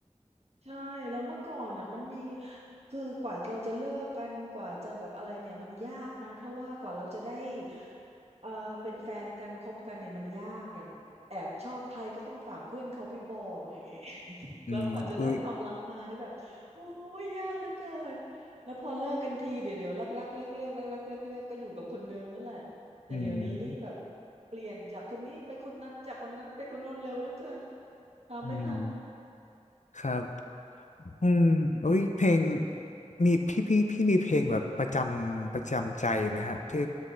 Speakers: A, on the right; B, on the left.
A: ใช่แล้วเมื่อก่อนอ่ะมันมีคือกว่าเราจะเลิกกันกว่าจะแบบอะไรเนี่ยมันยากนะเพราะว่ากว่าเราจะได้เอ่อเป็นแฟนกันคบกันเนี่ยมันยากอย่างแอบชอบใครก็ต้องฝากเพื่อนเขาไปบอกอย่างเงี้ย <laughs>
B: อืม
A: แล้วกว่าจะได้ความรักมานี่แบบโอ้ยยากเหลือเกินแล้วพอเลิกกันทีเดี๋ยวเดี๋ยวรักรักเลิกเลิกรักรักเลิกเลิกก็อยู่กับคนเดิมนั่นแหละแต่เดี๋ยวนี้นี่แบบ
B: อุ้ยอืม
A: เปลี่ยนจากคนนี้ไปคนนั้นจากคนนั้นไปคนโน้นเร็วเหลือเกินตามไม่ทัน
B: อืมครับอืมอุ้ยเพลงมีพี่พี่พี่มีเพลงแบบประจำประจำใจไหมฮะที่